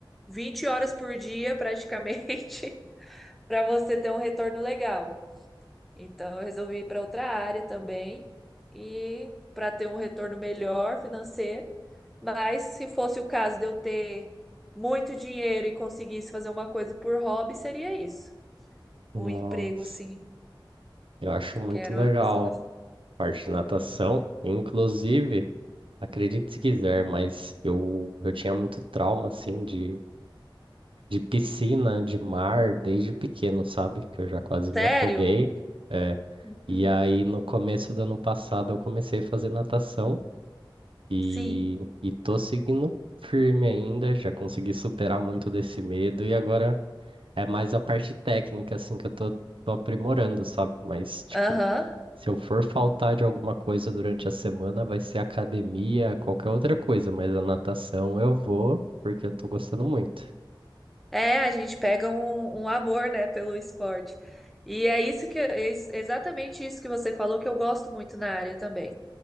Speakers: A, in the centre; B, on the right.
A: 20 horas por dia praticamente <laughs> para você ter um retorno legal. Então, eu resolvi ir para outra área também e para ter um retorno melhor financeiro. Mas se fosse o caso de eu ter muito dinheiro e conseguisse fazer uma coisa por hobby, seria isso.
B: Nossa,
A: Um emprego assim,
B: eu acho muito
A: que era
B: legal
A: uma coisa que eu gostava.
B: a parte de natação. Inclusive, acredite se quiser,
A: Hum.
B: mas eu, eu tinha muito trauma, assim, de, de piscina, de mar, desde pequeno, sabe? Que eu já quase
A: Sério?
B: me afoguei. É.
A: Hum.
B: E aí, no começo do ano passado, eu comecei a fazer natação e,
A: Sim.
B: e tô seguindo firme ainda. Já consegui superar muito desse medo e agora É mais a parte técnica, assim, que eu tô, tô aprimorando, sabe? Mas, tipo,
A: Aham.
B: se eu for faltar de alguma coisa durante a semana, vai ser academia, qualquer outra coisa, mas a natação eu vou, porque eu tô gostando muito.
A: É, a gente pega um, um amor, né, pelo esporte. E é isso que é ex- exatamente isso que você falou que eu gosto muito na área também.